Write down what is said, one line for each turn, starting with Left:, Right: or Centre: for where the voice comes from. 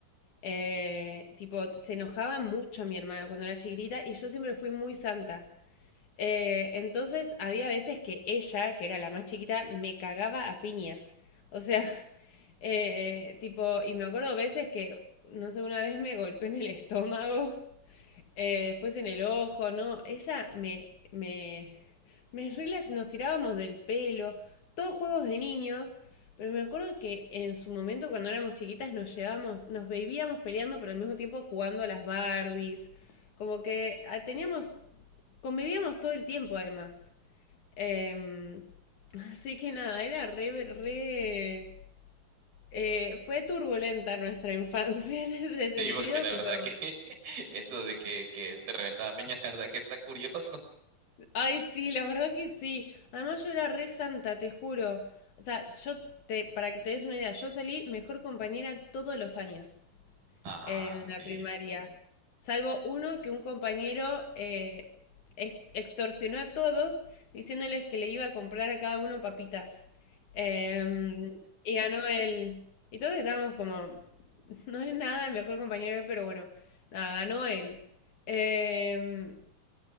Left: Eh, tipo, se enojaba mucho mi hermana cuando era chiquitita y yo siempre fui muy santa. Eh, entonces había veces que ella, que era la más chiquita, me cagaba a piñas. O sea, <laughs> eh, tipo, y me acuerdo veces que, no sé, una vez me golpeó en el estómago. Eh, después en el ojo, ¿no? Ella me, me, me rela- nos tirábamos del pelo, todos juegos de niños, pero me acuerdo que en su momento cuando éramos chiquitas nos llevábamos, nos bebíamos peleando, pero al mismo tiempo jugando a las Barbies, como que ah, teníamos, convivíamos todo el tiempo además. Em, <laughs> así que nada, era re, re, eh, fue turbulenta nuestra infancia <laughs> en ese sentido,
Right: Sí, porque la verdad
Left: pero...
Right: que <laughs> eso de que, que te reventaba Peña, <laughs> la verdad que está curioso.
Left: Ay, sí, la verdad que sí. Además, yo era re santa, te juro. O sea, yo, te, para que te des una idea, yo salí mejor compañera todos los años
Right: Ah,
Left: en
Right: sí.
Left: la primaria. Salvo uno que un compañero eh, ex- extorsionó a todos diciéndoles que le iba a comprar a cada uno papitas. Em, y ganó él. Y todos estábamos como, <laughs> no es nada el mejor compañero, pero bueno, nada, ganó él. Em,